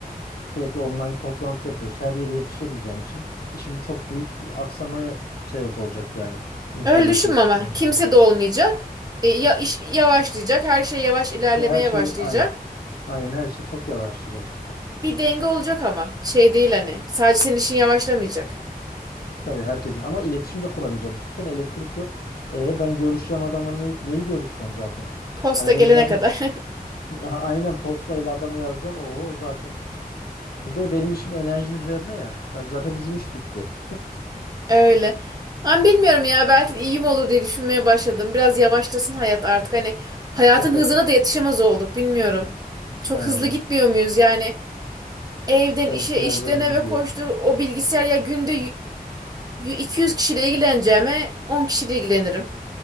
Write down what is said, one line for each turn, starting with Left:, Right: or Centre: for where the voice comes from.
Left: Sürekli online toplantı yapıyoruz. Her yere yetişemeyeceğim için işim çok büyük aksamaya sebep olacak yani. İnternetin
Right: Öyle düşünme
Left: teknolojinin
Right: ama kimse
Left: olması.
Right: de olmayacak. E, ya iş yavaşlayacak. Her şey yavaş ilerlemeye
Left: İşte her şey
Right: başlayacak.
Left: aynı. Aynen her şey çok yavaşlayacak işte.
Right: Bir denge olacak ama şey değil hani sadece senin işin yavaşlamayacak.
Left: Tabii herkesin ama iletişim de kuramayacağım. Düşünsene elektrik yok. E, ben görüşeceğim adamla ne- neyi görüşeceğim zaten?
Right: Posta
Left: Hani benim
Right: gelene
Left: zaten
Right: kadar.
Left: <laughs> aynen postayla adamı yazacağım. o zaten bir de benim işim enerji üzerine ya. Zaten bizim iş bitti.
Right: <laughs> Öyle. Ama bilmiyorum ya belki de iyi mi olur diye düşünmeye başladım. Biraz yavaşlasın hayat artık hani hayatın
Left: <laughs>
Right: hızına da yetişemez olduk bilmiyorum. Çok
Left: Aynen.
Right: hızlı gitmiyor muyuz yani evden
Left: Evet
Right: işe
Left: biraz
Right: işten
Left: da hızlı
Right: eve
Left: gidiyoruz.
Right: koştur o bilgisayar ya günde y- y- 200 kişiyle ilgileneceğime 10 kişiyle ilgilenirim.